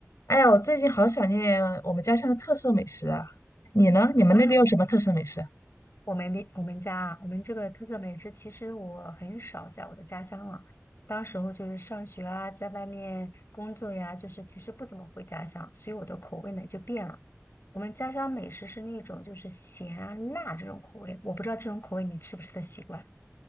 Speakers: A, on the left; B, on the left.
A: 哎呀，我最近好想念我们家乡的特色美食啊！你呢？你们那边有什么特色美食啊
B: 哇，我们的我们家啊，我们这个特色美食，其实我很少在我的家乡了。当时候就是上学啊，在外面工作呀，就是其实不怎么回家乡，所以我的口味呢就变了。我们家乡美食是那种就是咸啊辣这种口味，我不知道这种口味你吃不吃得习惯。